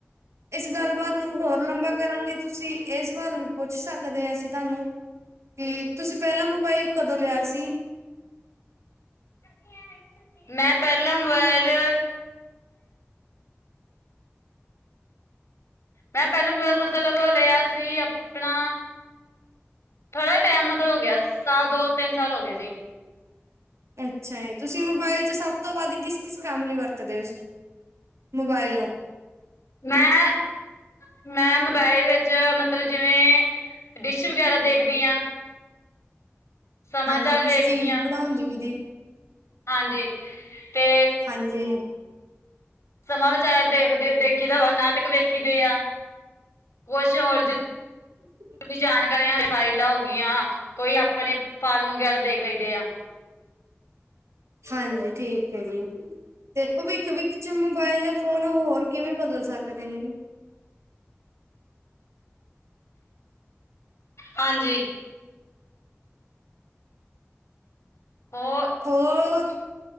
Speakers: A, on the right (about 85°); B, on the left (about 75°).
A: ਇਸ ਗੱਲਬਾਤ ਨੂੰ ਹੋਰ ਲੰਬਾ ਕਰਨ ਲਈ ਤੁਸੀਂ ਇਹ ਸਵਾਲ ਪੁੱਛ ਸਕਦੇ ਹਾਂ ਅਸੀਂ ਤੁਹਾਨੂੰ ਕਿ ਤੁਸੀਂ ਪਹਿਲਾਂ ਮੋਬਾਈਲ ਕਦੋਂ ਲਿਆ ਸੀ।
B: <unintelligible> ਮੈਂ ਪਹਿਲਾਂ ਮੋਬਾਇਲ ਮੈਂ ਪਹਿਲਾਂ ਮਤਲਬ ਲਿਆ ਸੀ। ਆਪਣਾ ਥੋੜਾ ਜ ਟਾਈਮ ਮਤਲਬ ਹੋ ਗਿਆ। ਸਾਲ ਦੋ- ਤਿੰਨ ਸਾਲ ਹੋ ਗਏ ਸੀ।
A: ਅੱਛਾ ਜਏ। ਤੁਸੀਂ ਮੋਬਾਇਲ ਚ ਸਭ ਸਭ ਤੋਂ ਵੱਧ ਕਿਸ- ਕਿਸ ਕੰਮ ਲਈ ਵਰਤਦੇਂ ਮੋਬਾਇਲ ਨੂੰ
B: ਮੈਂ ਨਾ, ਮੈਂ ਮੋਬਾਇਲ ਵਿੱਚ ਮਤਲਬ ਜਿਵੇਂ ਡਿਸ਼ ਵਗੈਰਾ ਦੇਖਦੀ ਹਾਂ। ਸਮਾਚਾਰ
A: ਹਾਂਜੀ। ਕਿਸ
B: ਵੇਖਦੀ
A: ਚੀਜ਼
B: ਹਾਂ
A: ਬਣਾਉਦੀ ਵੀਦੀ।
B: ਹਾਂਜੀ ਤੇ
A: ਹਾਂਜੀ,
B: ਸਮਾਂ ਵਿਚਾਰ ਦੇਖਦੇ ਦੇਖੀ ਦਾ ਵਾ ਨਾਟਕ ਵੇਖੀ ਦੇ ਆ ਕੁਛ ਹੋਰਰ
A: <unintelligible>
B: ਵੀ ਜਾਣਕਾਰੀਆਂ ਫਾਈਲਾਂ ਹੋ ਗਈਆਂ ਕੋਈ ਆਪਣੇ ਫਾਰਮ ਵਗੈਰਾ ਦੇਖ ਲਈਦੇ ਆ।
A: ਹਾਂਜੀ ਠੀਕ ਹੈ ਜੀ। ਤੇ ਭਵਿੱਖ ਵਿਖ ਚ ਮੋਬਾਇਲ ਫੋਨ ਹੋਰ ਕਿਵੇਂ ਬਦਲ ਸਕਦੇ ਨੇ।
B: ਹਾਂਜੀ। ਹੋਰ।
A: ਹੋਰ